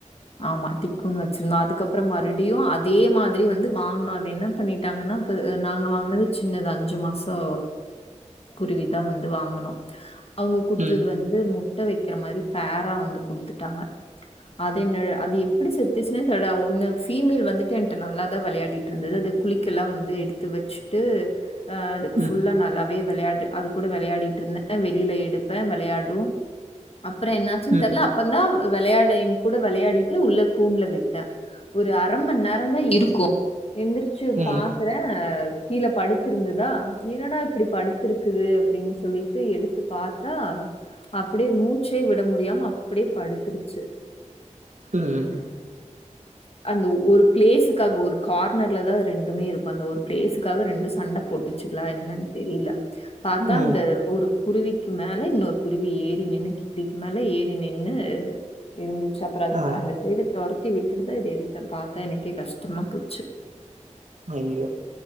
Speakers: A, on the left (about 50°); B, on the right (about 70°).
A: ஆமா டிக்குன்னு வச்சுருந்தா அதுக்கப்றோ மறுப்டியு அதே மாதி ரி வந்து வாங்னு அது என்ன பண்ணிட்டாங்கன்னா நாங்க வாங்னது சின்னது அஞ்சு மாசோ குருவிதா வந்து வாங்குனோ அவுங்க குடுத்தது
B: ம்
A: வந்து மு ட்ட வைக்கிற மாரி பேரா வந்து குடுத்துட்டாங்க தென்னெழ அது எப்டி செத்துச்சுனே தெர்ல ஒன்னு ஃபீமேல் வந்துட்டு என்ட்ட நல்லாதா வெளையாடிட்டு இருந்தது அது குளிக்கல்லா வந்து எடுத்து வச்சுட்டு அ அதுக்கு
B: ம்
A: ஃபுல்லா நல்லாவே வெளையாடு அது கூட வெளையாடிட்டு இருந்தே வெளில எடுப்பே வெளையாடு அப்றோ என்னாச்சுன்
B: ம்
A: தெர்ல அப்ப தா வெளையாடி எ கூட வெளையாடிட்டு உள்ள கூண்ல விட்டே ஒரு அரமண்நேரோ தா இருக்கு எந்துரு ச்சு
B: ம்
A: பா க்குறே கீழ படுத்திருந்ததா என்னடா இப்டி படுத்திருக்குது அப்டின் சொல்லிட்டு எடுத்து பாத் தா அப்டியே மூச்சே விட முடியாம அப்டியே படுத்துருச்சு
B: ம்
A: அந்த ஒரு பிளேஸுக்காக ஒரு கார்னர்ல தா அது ரெண்டுமே இருக்கு அந்த ஒரு பிளேஸுக்காக ரெண்டு சண்ட போட்டு ச்சுங்ளா என்னென் தெரில பாத்தா
B: ம்
A: அந்த ஒரு குருவி க்கு மேல இன்னொரு குருவி ஏறி நின்னு கீழிக்கு மேல ஏறி நின்னு இருந்து அப்றோ அது
B: ஆ
A: அந்த சைடு தொரத்தி விட்டுட்டுதா இது எடுத்தே பாத்தா எனக்கே கஷ்டமா போச்சு
B: அய்யயோ